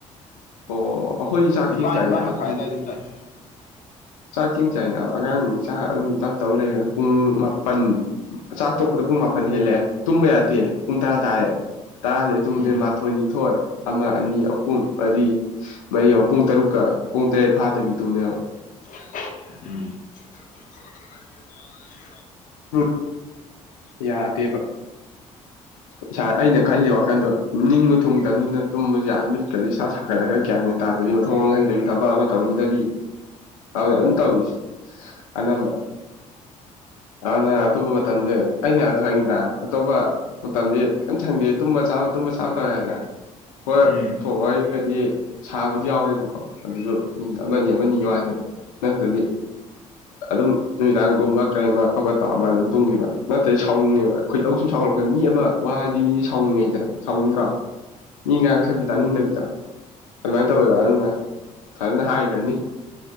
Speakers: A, on the left; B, on the left.
A: ꯑꯣ ꯑꯩꯈꯣꯏꯗꯤ ꯆꯥꯛ
B: ꯅꯤꯄꯥꯥꯟ
A: ꯊꯦꯡ ꯆꯥꯏꯅ
B: ꯅꯤꯄꯥꯥꯟ ꯃ ꯈꯥꯏ
A: ꯄꯨꯡ
B: ꯇꯝꯇꯥꯏ ꯣ
A: ꯆꯥꯛ ꯊꯦꯡ ꯆꯥꯏꯅꯕ ꯑꯉꯥꯡ ꯆꯥꯛ ꯑꯗꯨꯝ ꯇꯞ ꯇꯧ ꯂꯩꯅ ꯄꯨꯡ ꯃꯥꯄꯟ ꯆꯥꯛ ꯊꯣꯛꯄꯗ ꯄꯨꯡꯄ ꯃꯅꯤꯍꯦꯂꯦ ꯇꯨꯝꯕ ꯌꯥꯗꯦ ꯎꯟ ꯇ ꯇꯥꯔꯦ ꯇꯔꯥꯥꯁꯩ ꯇꯨꯝꯃꯗꯦ
B: ꯎꯝ ꯎꯝ
A: ꯃꯥꯊꯣꯏ ꯅꯤꯊꯣꯏ ꯑꯃ ꯑꯅꯤ ꯑꯍꯨꯝ ꯃꯗꯤ ꯃꯔꯤ ꯌꯥ ꯄꯨꯡ ꯇꯔꯨꯛꯀ ꯄꯨꯡ ꯇꯔꯦꯠ ꯐꯥꯗꯕꯤꯗꯨꯝꯅꯦꯕ
B: ꯆꯔ
A: ꯎꯝ ꯌꯥꯗꯦꯕ ꯏꯁꯥ ꯑꯩꯅ ꯈꯜꯂꯤ ꯋꯥꯈꯟꯗꯣ ꯅꯤꯡꯕ ꯊꯨꯡꯗꯕꯅꯤꯅ ꯇꯨꯝꯕꯁꯨ ꯌꯥꯔ ꯃꯤꯠꯈ꯭ꯔꯗꯤ ꯏꯁꯥ ꯁꯥꯒꯠꯂꯒ ꯒꯌꯥꯟ ꯑꯣꯏꯅ ꯇꯥꯔꯦ ꯑꯗꯨꯗꯤ ꯃꯊꯣꯡ ꯃꯍꯪꯗꯕꯤ ꯊꯕꯛ ꯑꯃ ꯇꯧꯅꯤꯡꯗꯕꯤ ꯍꯅꯦ ꯑꯗꯨꯟ ꯇꯧ ꯑꯅ ꯑꯅ ꯑꯇꯣꯞꯄꯕ ꯊꯝꯖꯦ ꯑꯩꯅ ꯍꯥꯏꯕꯗ ꯍꯪꯉꯤꯗ ꯑꯇꯣꯞꯄ ꯃꯇꯝꯗꯤ ꯀꯔꯤꯝ ꯁꯪꯗꯦ ꯇꯨꯝꯕ ꯆꯥꯕ ꯇꯨꯝꯕ ꯆꯥꯕ ꯇꯧꯋꯦ ꯍꯥꯏꯗꯅ ꯍꯣꯏ
B: ꯎꯝ
A: ꯊꯣꯡꯛꯒꯗꯤ ꯁꯥꯕꯨꯗꯤ ꯌꯥꯎꯋꯦꯕꯀꯣ ꯑꯗꯨꯁꯨ ꯃꯤꯅꯤꯠ ꯑꯃꯅꯤ ꯑꯃꯅꯤꯒꯤ ꯋꯥꯅꯦꯕ ꯅꯠꯇꯗꯤ ꯑꯗꯨꯝ ꯅꯨꯃꯤꯗꯥꯡꯒꯨꯝꯕ ꯀꯔꯤ ꯑꯃ ꯑꯐꯕ ꯇꯥꯎ ꯑꯃ ꯑꯗꯨꯝ ꯇꯨꯡꯈꯤꯕ ꯅꯠꯇ꯭ꯔꯦ ꯁꯥꯎꯅꯤꯡꯉꯦꯕ ꯑꯩꯈꯣꯏꯇꯧ ꯁꯨꯝ ꯁꯥꯎꯒꯠꯂꯛꯀꯅꯤ ꯃꯤ ꯑꯃ ꯋꯥꯔꯗꯤ ꯃꯤꯁꯦ ꯁꯥꯎꯅꯤꯡꯉꯦꯗꯅ ꯁꯥꯎꯅꯤꯡꯗ꯭ꯔꯥ ꯃꯤ ꯉꯥꯡꯁꯛꯄꯤ ꯇꯥꯅꯤꯡꯗꯕꯤꯗꯣ ꯑꯗꯨꯃꯥꯏꯅ ꯇꯧꯋꯦꯕ ꯑꯗꯨꯅ ꯐꯖꯅ ꯍꯥꯏꯈ꯭ꯔꯅꯤ